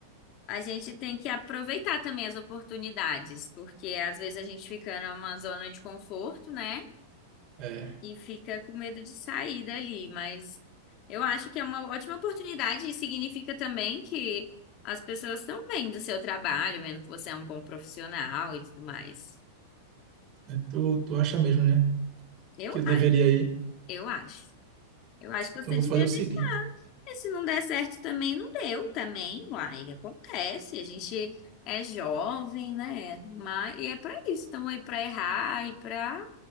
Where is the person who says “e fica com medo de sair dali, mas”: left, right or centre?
Left